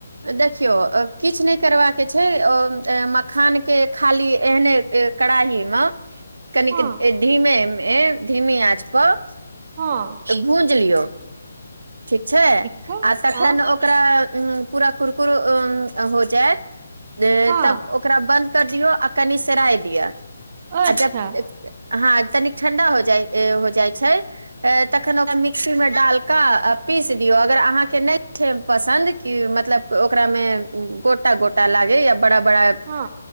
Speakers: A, on the right; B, on the right.
A: देखियौ किछु नहि करबाक छै मखानके खाली एहने। कड़ाही मे कनिक
B: हँ
A: धीमे मे धीमे आँच पर
B: हँ
A: भूज लियौ ठीक छै आ
B: छै
A: तखन
B: हँ
A: ओकरा पूरा कुरकुर हो जायत
B: हँ
A: तब ओकरा बन्द कर दियो आ कनि सराय दिआ
B: अच्छा
A: जब ह तनिक ठण्डा हो जाइ हो जाइ छै तखन ओकरा मिक्सीमे डाल कऽ आ पीस दियौ अगर अहाँकेँ नहि छै पसन्द कि मतलब ओकरा मे गोटा गोटा लागे या बड़ा बड़ा।
B: हँ